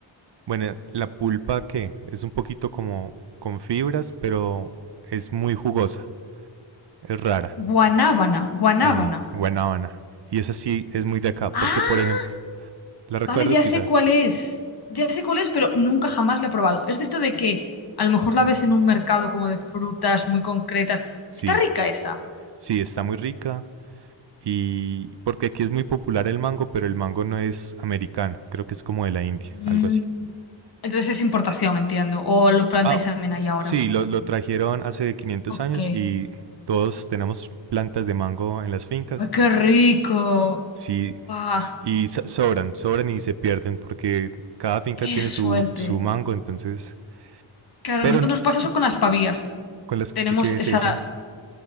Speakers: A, on the right (about 60°); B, on the left (about 50°).
A: bueno, la pulpa que es un poquito como con fibras, pero es muy jugosa, es rara,
B: Guanábana, guanábana.
A: sí, guanábana. Y esa sí es muy de acá,
B: ¡Ah!
A: porque por ejemplo, ¿la recuerdas
B: Vale, ya
A: quizás?
B: sé cuál es. Ya sé cuál es, pero nunca jamás la he probado. Es de esto de que a lo mejor la ves en un mercado como de frutas muy concretas.
A: Sí,
B: Está rica esa.
A: Sí, está muy rica. Y porque aquí es muy popular el mango, pero el mango no es americano, creo que es como de la India,
B: Mm,
A: algo así.
B: Entonces es importación, entiendo. O lo plantáis
A: Ah,
B: también ahí ahora.
A: sí, lo, lo trajeron hace 500
B: Ok.
A: años
B: ¡Ay,
A: y todos tenemos plantas de mango en las fincas.
B: qué rico!
A: Sí,
B: ¡Guau!
A: y so- sobran, sobran y se pierden porque cada finca
B: ¡Qué
A: tiene
B: suerte!
A: su, su mango, entonces...
B: Claro,
A: Pero,
B: a nosotros
A: n-
B: nos pasa eso con las pavías.
A: ¿con las
B: Tenemos
A: qué, qué es
B: esa...
A: eso?